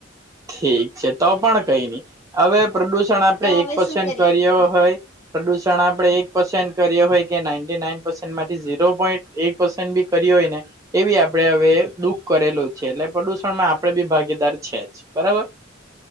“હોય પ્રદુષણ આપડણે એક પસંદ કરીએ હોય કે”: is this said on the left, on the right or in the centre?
Right